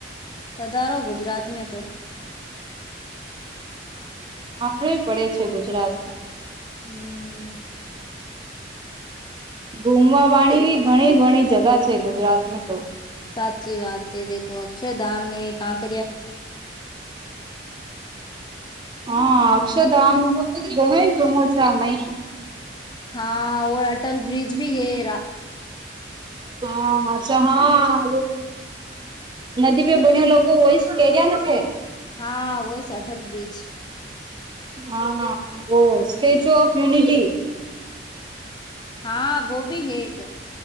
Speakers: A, on the left (about 25°); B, on the right (about 25°).
A: પધારો ગુજરાત મે તો
B: આવડે પડે છે ગુજરાત
A: હમ
B: ઘુમવા વાળી ઘણી ઘણી જગા છે ગુજરાત તો
A: સાચી વાત છે દખો અક્ષર ધામ હૈ કાં ક
B: હા અક્ષરધામ હ જોમો છા મૈં
A: હા ઓર અટલ બ્રિજ ભી હએરા
B: હા અચ્છા હા નદી પે બનેલો વોઇસ કેર્યા નથે
A: હા હોય છે અટલ બ્રિજ
B: હા ઓ સ્ટેચ્યુ ઓફ યુનિટી
A: હા વો ભી હૈ એક